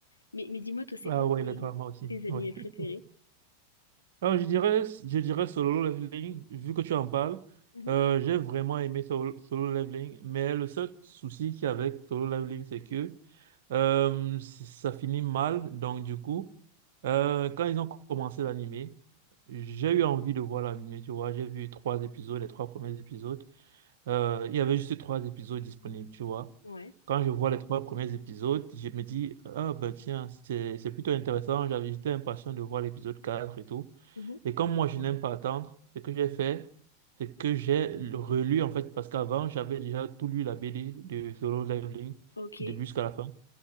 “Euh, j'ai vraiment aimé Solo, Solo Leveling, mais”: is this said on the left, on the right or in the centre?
Right